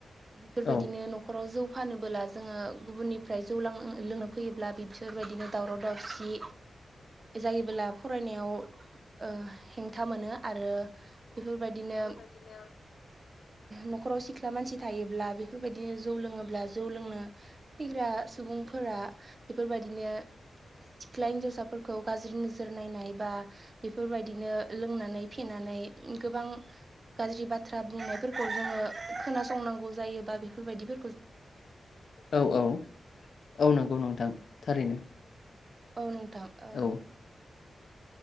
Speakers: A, on the right; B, on the left.
A: बेफोरबायदिनो
B: औ
A: न'खराव जौ फानबोला जोङो गुबुननिफ्राय जौ लां लोंनो फैयोब्ला बिसोरबायदिनो दावराव दावसि जायोब्ला फरायनायाव ओ हेंथा मोनो आरो बेफोरबाय बिदिनो।
B: बेबायदिनो।
A: न'खराव सिख्ला मानसि थायोब्ला बेफोरबायदिनो जौ लोङोब्ला जौ लोंनो फैग्रा सुबुंफोरा बेफोरबायदिनो सिख्ला हिन्जावसाफोर खौ गाज्रि नोजोर नायनाय बा बेफोरबायदिनो लोंनानै फेनानै गोबां। गाज्रि बाथ्रा बुंनायफोरखौ जोङो खोनासंनांगौ जायोबा बेफोरबायदि
B: औ औ औ नंगौ नोंथां थारैनो।
A: औ नोंथां ओ
B: औ